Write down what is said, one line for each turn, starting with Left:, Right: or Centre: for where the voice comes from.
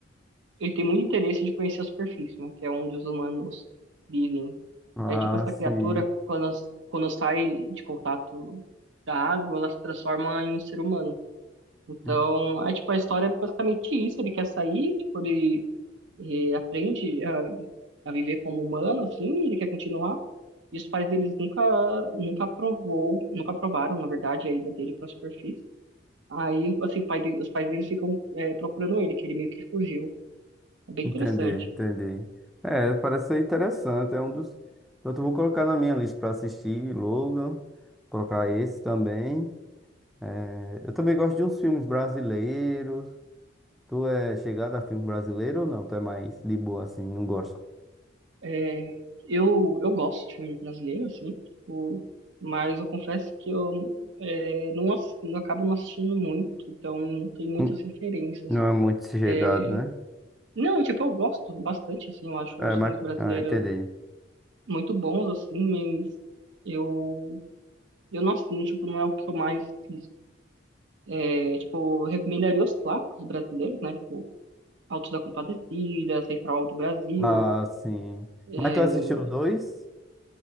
Right: ele tem muito interesse de conhecer a superfície, né? Que é onde os humanos vivem.
Centre: Ah,
Right: Aí, tipo, essa
Centre: sim.
Right: criatura, quando, as- quando sai de contato da água, ela se transforma em um ser humano. Então,
Centre: En-
Right: aí, tipo, a história é basicamente isso. Ele quer sair, tipo, ele, eh, aprende a, a viver como humano, assim, ele quer continuar. E os pais deles nunca, nunca aprovou, nunca aprovaram, na verdade, a ida dele para a superfície. Aí, assim, o pai dele- os pais deles ficam, eh, procurando ele, que ele meio que fugiu. É bem
Centre: Entendi,
Right: interessante.
Centre: entendi. É, parece ser interessante. É um dos. Pronto, eu vou colocar na minha lista para assistir, Logan. Colocar esse também. É, eu também gosto de uns filmes brasileiros. Tu é chegado a filme brasileiro ou não? Tu é mais de boa assim, não gosta?
Right: É, eu, eu gosto de filme brasileiro, assim, tipo, mas eu confesso que eu é, não, ass- não acabo não assistindo muito, então não tenho muitas
Centre: Hum,
Right: referências.
Centre: Não é muito chegado,
Right: É,
Centre: né?
Right: não, tipo, eu gosto bastante, assim, eu acho
Centre: É,
Right: os
Centre: mas.
Right: filmes brasileiros
Centre: Ah, entendi.
Right: muito bons, assim, mas eu, eu não assino, tipo, não é o que eu mais assisto. É, tipo, eu recomendaria os clássicos brasileiros, né, tipo, Autos da Compadecida, Central do Brasil.
Centre: Ah, sim.
Right: É,
Centre: Mas tu assistiu dois?